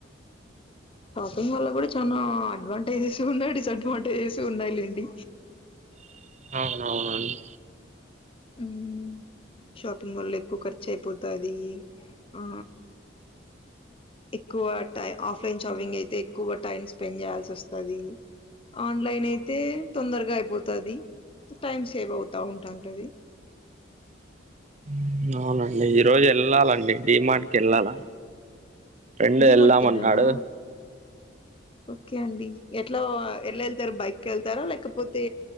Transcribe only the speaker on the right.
<inaudible> అవునవునండి
<inaudible> ఉమ్ అవునండి ఈ రోజు వెళ్ళాలండి డిమార్ట్కి వెళ్ళాలా. ఫ్రెండు
వెళదాం
అంటున్నాడు